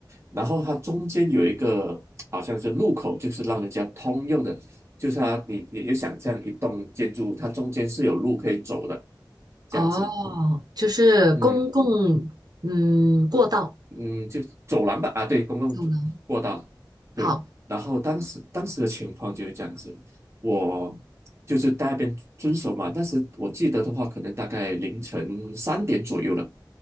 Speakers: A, on the right; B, on the right.
A: 然后它中间有一个好像是入口，就是让人家通用的，就是它你你也想象一栋建筑，它中间是有路可以走的，这样子。
B: 哦，就是公共嗯过道
A: 嗯。嗯，就走廊吧，啊，对，公共走过道，
B: 走廊。
A: 对。
B: 好，
A: 然后当时当时的情况就是这样子，我就是在那边遵守嘛。但是我记得的话，可能大概凌晨三点左右了。